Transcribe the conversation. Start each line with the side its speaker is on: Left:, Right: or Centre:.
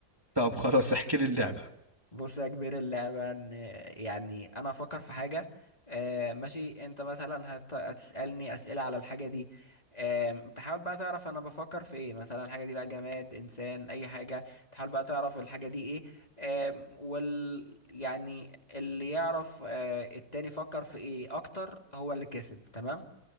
Right: طب خلاص احكي لي اللعبه
Left: بص يا كبير اللعبة ان يعني انا افكر في حاجة آه ماشي انت مثلا هت- هتسألني اسئلة على الحاجة دي آه تحاول بقى تعرف انا بفكر في ايه مثلا الحاجة دي بقى جماد انسان اي حاجة تحاول بقى تعرف الحاجة دي ايه آه وال يعني اللي يعرف آه التاني فكر في ايه اكتر هو اللي كسب تمام